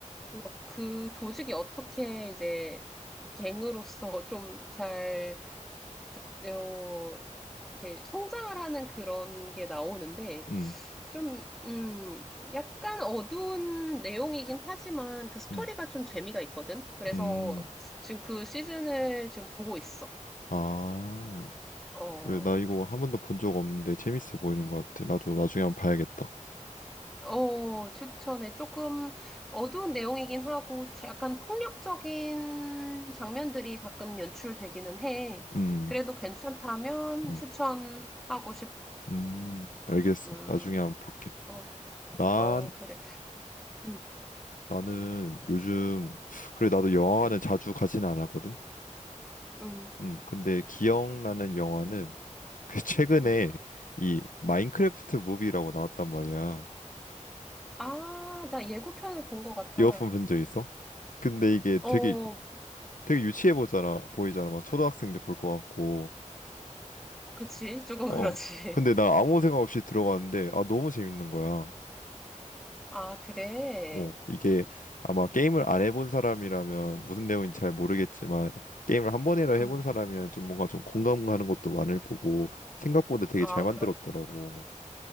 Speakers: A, in the centre; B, on the left.
A: 그래서 그 조직이 어떻게 이제 갱으로서 <laughs> 좀 잘, 어, 이렇게 성장을 하는 그런 게 나오는데,
B: 음,
A: 좀, 음, 약간 어두운 내용이긴 하지만 그 스토리가
B: 음,
A: 좀 재미가 있거든? 그래서
B: 음.
A: 지금 그 시즌을 지금 보고 있어.
B: 아,
A: 어,
B: 그래. 나 이거 한 번도 본 적 없는데 재밌어 보이는 것 같아. 나도 나중에 한번 봐야겠다.
A: 어, 추천해. 조금 어두운 내용이긴 하고, 자- 약간 폭력적인 장면들이 가끔 연출되기는 해.
B: 음,
A: 그래도 괜찮다면
B: 음,
A: 추천하고 싶어.
B: 음. 알겠어.
A: 음,
B: 나중에 한번 볼게.
A: 어,
B: 난
A: 어, 그래. 음,
B: 나는 요즘 그래 나도 영화관을
A: 음,
B: 자주 가진 않았거든.
A: 음,
B: 음, 근데 기억나는 영화는 <laughs> 그 최근에
A: 음.
B: 이 마인크래프트 무비라고 나왔단 말이야.
A: 아, 나 예고편을 본 것 같아.
B: 이어폰 본적 있어? 근데 이게 되게
A: 어,
B: 되게 유치해 보잖아 보이잖아 막 초등학생들 볼 것 같고
A: 그치. <laughs> 조금
B: 어
A: 그렇지.
B: 근데 나 아무 생각 없이 들어갔는데 아 너무 재밌는 거야
A: 아, 그래.
B: 어, 이게 아마 게임을 안 해본 사람이라면 무슨 내용인지 잘 모르겠지만 게임을 한 번이라 해본
A: 음,
B: 사람이면 좀 뭔가 좀 공감가는 것도 많을 거고 생각보다 되게
A: 아,
B: 잘 만들었더라고.
A: 그렇구나.